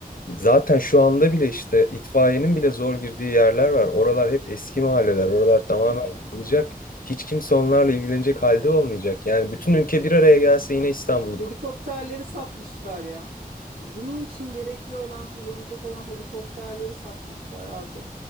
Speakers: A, on the left; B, on the right.
A: zaten şu anda bile işte itfaiyenin bile zor girdiği yerler var. Oralar hep eski mahalleler. Oralar tamamen
B: Aynen.
A: yıkılacak. Hiç kimse onlarla ilgilenecek halde olmayacak. Yani bütün ülke bir araya gelse yine İstanbul'u.
B: Helikopterleri satmışlar ya. Bunun için gerekli olan, kullanılacak olan helikopterleri satmışlar abi.